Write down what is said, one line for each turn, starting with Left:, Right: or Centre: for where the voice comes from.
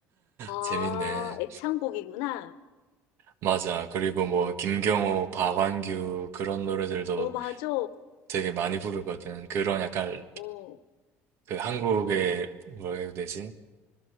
Left: 아,
Right: 재밌네.
Left: 애창곡이구나.
Right: 맞아. 그리고 뭐 김경호, 박완규 그런 노래들도
Left: 어, 맞아.
Right: 되게 많이 부르거든. 그런 약간
Left: 어,
Right: 그 한국의 뭐라 해야 되지?